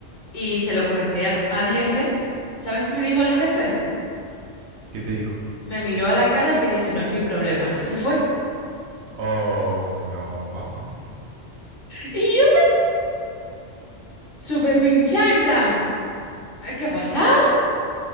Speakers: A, on the left (about 45°); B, on the right (about 70°).
A: y se lo comenté al, al jefe. ¿Sabes qué me dijo el jefe?
B: ¿Qué te dijo?
A: Me miró a la cara y me dice, no es mi problema. Y se fue.
B: Oh, no. <laughs>
A: <laughs> Y yo, súper pinchada, en plan. Eh, ¿Qué ha pasado?